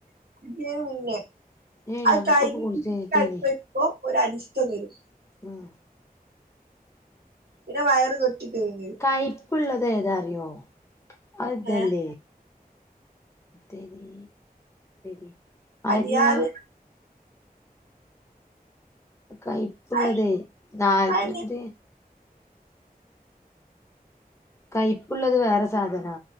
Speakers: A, on the right; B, on the left.
A: കുളിക്ക്ണേന് മുന്നേ
B: ഏഹ്
A: അത്
B: ഞങ്ങക്കൊക്കെ
A: കഴിഞ്ഞ്
B: കുളിച്ച്
A: കുളി
B: കഴിഞ്ഞിട്ടേനി
A: കഴിഞ്ഞ്. വരുമ്പോ ഒരരിഷ്ടം തരും
B: ഉം
A: പിന്നെ വയറ് കെട്ടി തരും ചിയ്യും
B: കൈപ്പ്ള്ളത് ഏതാ അറിയോ അത് ഇതല്ലേ
A: ഏഹ്
B: തെരി <unintelligible>
A: അരിയാര്
B: അരിയ കയ്പ്പ്ള്ളതേ
A: അഹ്
B: നാല്പ്തി
A: അതെന്നെ
B: കയ്പ്പ്ള്ളത് വേറെ സാധനാ